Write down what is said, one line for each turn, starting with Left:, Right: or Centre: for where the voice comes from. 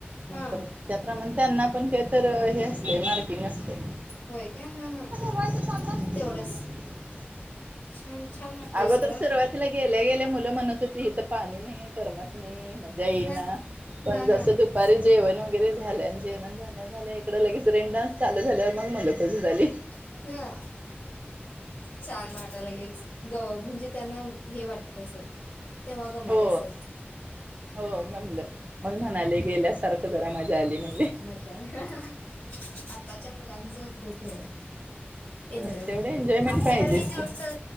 Right: नंतर
Left: हा
Right: त्याप्रमाणे त्यांना पण हे तर हे असते मार्किंग असतेय.
Left: होय काय हा हा
Right: मबाय त स
Left: तेवढंच
Right: <unintelligible>
Left: छान छान वाटतंय
Right: अगोदर
Left: सोडा
Right: सुरवातीला गे गल्या गेल्या मुलं म्हणत होती, हित पाणी नाही करमत नाही. मजा येई
Left: हा
Right: ना पण
Left: हा
Right: जसं
Left: हा
Right: दुपारी जेवण वगैरे झालं जेवण झाल्या झाल्या कड लगेच रीग डान्स चालू झाल्यावर मग मुलं खुश झाली.
Left: हा छान वाटायलागलयच ग म्हणजे त्यांना हे वाटत असल. तेव्हा गमत
Right: हो
Left: अससत.
Right: हो गमलं मग म्हणाले गेल्यासारखं जरा मजा आली नाय.
Left: समाचार अ ह अ ह आताच्या मुलांचं खूप हे हाय.
Right: होय
Left: एन्जॉयमेंट
Right: तेवढे एन्जॉयमेंट
Left: आपल्या
Right: पाहिजेच
Left: वेळी तेव
Right: की
Left: त